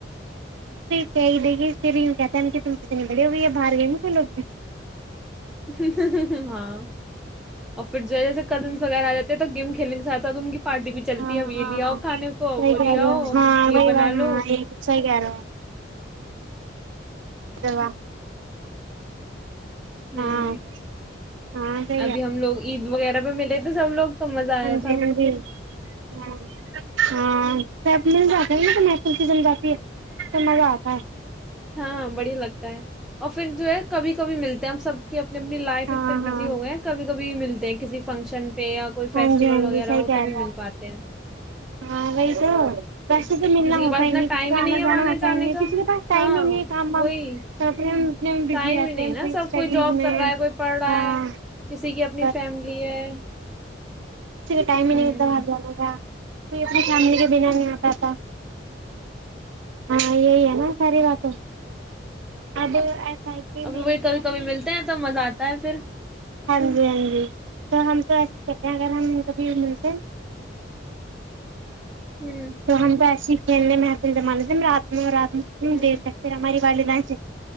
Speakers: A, on the right; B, in the centre.
A: چ د پھر بھی ی کہتے ہے کہ تم کتنے بڑے ہو گییا باہر گئے ن کوئی لوگ بھی
B: ا ہاں اور پھر جو جا سکتے ک وغیرہ آ جاتے تو گیم کھیلنے کے ساتھ ساتھ ان کی پارٹی بھی چلتی
A: ہاں
B: ہے اب یہ
A: ہاں
B: لے
A: ہاں
B: آؤ کھانے کو
A: صحیح
B: وہ
A: کہہ
B: لے
A: رہے
B: آؤ
A: ہو ہاں وہی
B: یہ بنا
A: بات ہاں
B: لو
A: ایک صحیح کہہ رہے چا
B: ہوں
A: ہاں ہاں سی
B: ابھی
A: ہے
B: ہم لوگ عید وغیرہ پہ ملے تھے سب لوگ تو مزہ آیا
A: ہاں
B: تھا
A: جی ہاں ج ہاں ہاں سب مل جاتے ہیں ن تو محل س جم جاتی ہے تو مزہ آتا ہے
B: ہاں بڑھیا لگتا ہے اور پھر جو ہے کبھی کبھی ملتے ہیں ہم سب کے اپنی لائف
A: ہاں
B: اتنے
A: ہاں
B: بزی ہو گئے ہیں کبھی کبھی مل کسی فنکشن پہ یا کوئی
A: ہاں
B: فیسٹیول
A: جی ہاں
B: وغیرہ
A: جی صحیح کہہ
B: ہو توبھی
A: رہے آپ
B: مل پاتے ہیں
A: ہاں وہی تو پیسے سے ملنا
B: کسی کے
A: ہوتا
B: پاس
A: ہی
B: اتنا
A: نہیں
B: ٹائم
A: کسی کو
B: ہی
A: آنا
B: ہے
A: جانا
B: آنے
A: ہوتا
B: جانے
A: ہی نہیں
B: کا
A: کسی کے پاس ٹائم
B: ہاں
A: نہیں کام ہ
B: وہی
A: اتنے ہم بزی
B: ٹائم
A: رہتے
B: ہی نہیں
A: ہیں
B: نا
A: کو اسٹڈیز
B: سب کوئی جاب
A: میں
B: کر رہا ہے کوئی پڑھ رہا
A: ہاں
B: ہے کسی کی
A: یک
B: اپنی فیملی ہے
A: ٹائم نہیں
B: ہ
A: ب جانا گا کو اپنی فیملی کے بنا نہیں آتا تھا ہاں یہ ن ساری رات ہاں اب م بھی ا اے
B: ابھی وہی کبھی کبھی ملتے ہیں تو مزہ آتا ہے پھر
A: ہاں جی ہاں جی تو ہم تو ایسے کرتے ہیں اگر ہم کبھی ملتے
B: ہ
A: تون تو آسی کھیلنے محس سے مان د رات ن رات
B: ہ
A: دیر تک پھر ہماری وال لائ چ